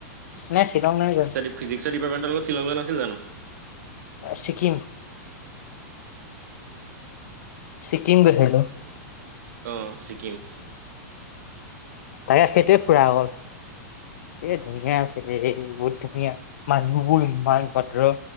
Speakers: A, on the left; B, on the right.
A: নে, শ্বিলং নাই যোৱা
B: ফিজিকছৰ ডিৰ্পামেণ্টৰ লগত শ্বিলং যোৱা নাছিল জানো।
A: ছিক্কিম ছিক্কিম গৈছিলোঁ।
B: অ' ছিক্কিম।
A: তাকে সেইটোৱে ফুৰা গ'ল। এ ধুনীয়া আছিলে, এই বহুত ধুনীয়া মানুহবোৰ ইমান ভদ্ৰ।